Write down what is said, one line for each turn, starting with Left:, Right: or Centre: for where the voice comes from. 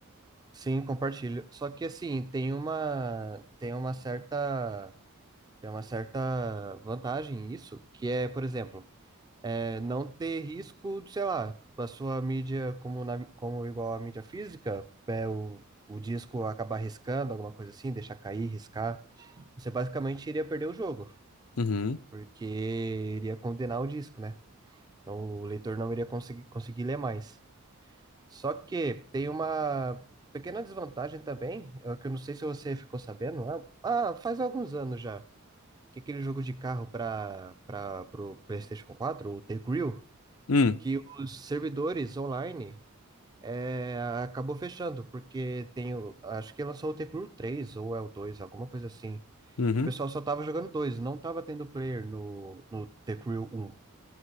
Right: Sim, compartilho. Só que assim, tem uma tem uma certa tem uma certa vantagem nisso, que é, por exemplo, é, não ter risco, de, sei lá, da sua mídia como na, como igual a mídia física, é, o, o disco acabar riscando, alguma coisa assim, deixar cair, riscar. Você basicamente iria perder o jogo,
Left: Uhum.
Right: porque iria condenar o disco, né? Então, o leitor não iria conseguir conseguir ler mais. Só que tem uma pequena desvantagem também, é que eu não sei se você ficou sabendo, ah, ah, faz alguns anos já, que aquele jogo de carro para para o PlayStation 4, o The Grill,
Left: Hum.
Right: que os servidores online é, acabou fechando, porque tem, o- acho que lançou o The Crew 3 ou é o 2, alguma coisa assim.
Left: Uhum.
Right: E o pessoal só tava jogando dois, não tava tendo player no, no The Crew um